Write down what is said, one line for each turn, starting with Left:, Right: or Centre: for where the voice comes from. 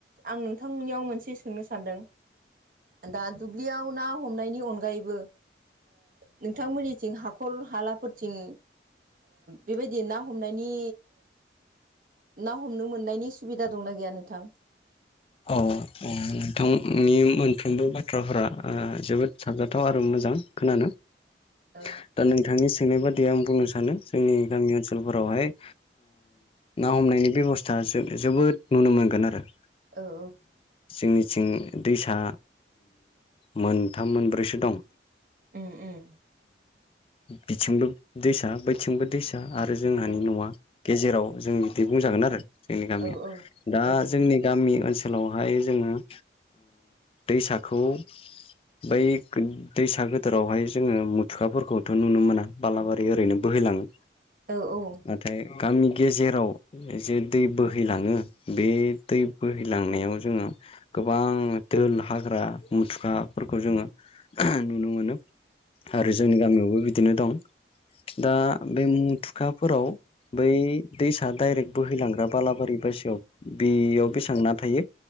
Right: आं नोंथांनियाव मोनसे सोंनो सानदों
Left: <inaudible>
Right: दा दुब्लियाव ना हमनायनि अनगायैबो नोंथांमोननिथिं हाखर हालाफोरथिं बेबायदि ना हमनायनि ना हमनो मोननायनि सुबिदा दंना गैया नोंथां
Left: औ नोंथांनि मोनफ्रोमबो बाथ्राफोरा जोबोद साजाथाव आरो मोजां खोनानो
Right: ओ औ
Left: दा नोंथांनि सोंनाय बादिया आं बुंनो सानो जोंनि गामि ओनसोलफोरावहाय ना हमनायनि बेब'स्था जोबोद नुनो मोनगोन आरो
Right: औ
Left: जोंनिथिं दैसा मोनथाम मोनब्रैसो दं
Right: उम उम
Left: बिथिंबो' दैसा थिंबो दैसा आरो जोंहानि
Right: औ
Left: न'आ गेजेराव जों बिदि बुंजागोन आरो जोंनि गामिया
Right: औ
Left: दा
Right: औ
Left: जोंनि गामि ओनसोलाव ओनसोलावहाय जोंङो दैसाखौ बै दैसा गोदोरावहाय जोङो मेथेखाफोरखौथ' नुनो मोना बालाबारि ओरैनो बोहैलांङो <inaudible>
Right: औ औ
Left: नाथाय गामि गेजेराव जे दै बोहैलांङो बे दै बोहै लांनायाव जोंङो गोबां दोल हाग्रा मेथेखाफोरखौ जोंङो नुनो मोनो आरो जोंनि गामियावबो बिदिनो दं दा बे मेथेखाफोराव बै दैसा डाइरेक्ट बोहैलांग्रा बालाबारि बासियाव बेयाव बेसेबां ना थायो